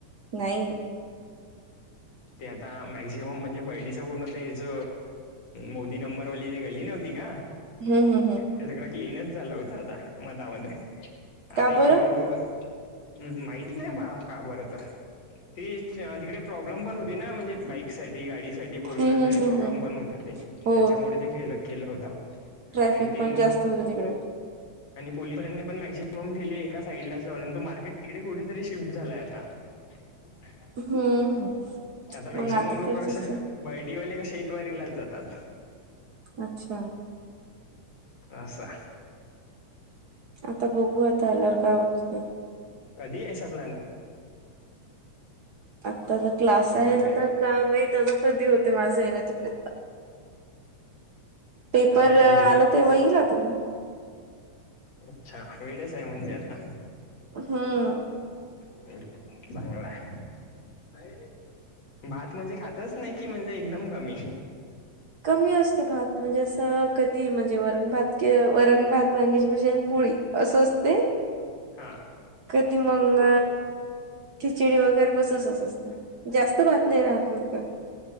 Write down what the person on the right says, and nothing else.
नाही
हम् हम हम
का
बरं
हम्म हम्म
हम्म हम्म
हो
ट्रॅफिक
पण
जास्त होत <unintelligible>
हम्म
मग
तर
तस
अच्छा
आता बघू आता एलर काय होत
आताचा क्लास
आहे
आता काम आता कधी होते माझं आहे ना तिकडे पेपर
आला तेव्हा येईल तु
हम्म
कमी असते भात म्हणजे असं कधी म्हणजे वरण भात के वरण भात वांगीची भजे पुळी असं असते
कधी मंग खिचडी वगैरे बसस असत जास्त भात नाही राहत फक्त